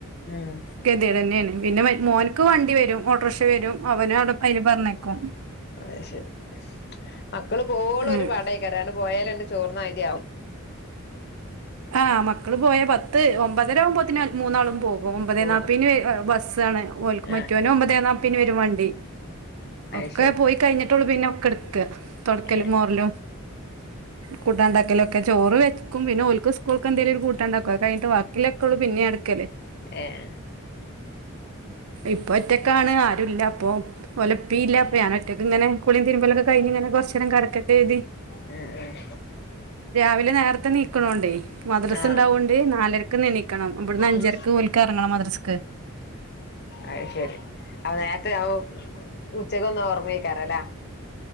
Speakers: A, on the left; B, on the right.
A: ഉം
B: ഗതിടെന്നെയാണ് പിന്നെ മോൻ ഇക്ക് വണ്ടി വരും ഓട്ടോറിക്ഷ വരും അവന അവിടെ അയില് പറഞ്ഞയ്ക്കും
A: അയി ശരി മക്കള് പോവോളു
B: ഉം
A: ഒരു പടയികരാണ് പോയാലന്ന ചോർന്നാരിയാവും
B: ആഹ് മക്കള് പോയ പത്ത് ഒമ്പതര ആകുമ്പോത്തിനു മൂന്നാളും പോകും ഓമ്പതേ
A: പോ
B: നാപ്പയ്ന് വെ ബസ്സാണ് ഓൽക് മറ്റൊനും
A: ആഹ്
B: ഒമ്പതേ നാപ്പയ്ന് വരും വണ്ടി
A: അത്
B: ഒക്കെ
A: ശരി
B: പോയി കഴിഞ്ഞിട്ടുള്ളൂ പിന്നെ ഒക്കെ എടുക്ക തൊടക്കലും
A: ഏഹ്
B: മോറലും കുട്ടാണ്ടക്കലൊക്കെ ചോറ് വെക്കും പിന്നെ ഓൽക്ക്സ് കൂൾക്കെന്തെലൊര് കൂട്ടണ്ടാക്കു അത് കയിഞ്ഞിട്ട് ബാക്കിലൊക്കെള്ളൂ പിന്നെ ഞാൻ ട്ക്കല്
A: ഏഹ്
B: ഇപ്പൊ ഒറ്റക്കാണ് ആരുല്ല അപ്പൊ ഒലെപ്പേം ഇല്ല അപ്പൊ ഞാൻ ഒറ്റക്ക് ഇങ്ങനെ കുളീം തിരുമ്പലൊക്കെ കഴിഞ്ഞിങ്ങനെ കൊറച്ചേരം കെടക്കട്ടെര്തി
A: ഉം ഉം
B: രാവിലെ നേരത്തെ എണീക്കണോണ്ടേ മദ്രസ്സ്
A: ആഹ്
B: ഉണ്ടാവുകൊണ്ട് നാലരക്ക് എണീക്കണം ഇവിടുന്ന് അഞ്ചരക്ക്
A: ഉം
B: ഓലിക്ക് എറങ്ങണം മദ്രസ്സക്ക്
A: അയ് ശരി അപ്പ നേരത്തെ <unintelligible> ഉച്ചക്കൊന്ന് ഒറങ്ങു ആയിക്കാരം ല്ലേ